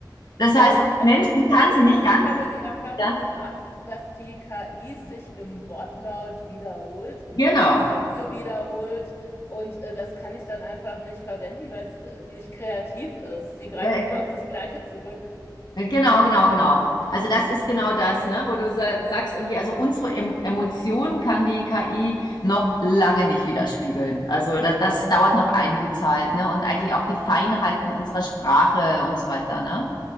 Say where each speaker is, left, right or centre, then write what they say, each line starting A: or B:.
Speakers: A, on the left (about 65°); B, on the left (about 35°).
A: Das
B: Ja,
A: heißt, als
B: also,
A: Menschen
B: äh,
A: kann sie nicht
B: also
A: ganz,
B: ich habe die Erfahrung
A: ja,
B: gemacht, dass die KI sich im Wortlaut wiederholt,
A: genau.
B: die Sätze wiederholt und äh, das kann ich dann einfach nicht verwenden, weil es äh, nicht kreativ ist. Sie greift
A: Äh,
B: immer auf das Gleiche zurück.
A: Äh, Genau, genau, genau. Also das ist genau das, ne, wo du sa- sagst irgendwie, also unsere em Emotionen kann die KI noch lange nicht widerspiegeln. Also das, das dauert noch einige Zeit, ne, und eigentlich auch die Feinheiten unserer Sprache und so weiter, ne.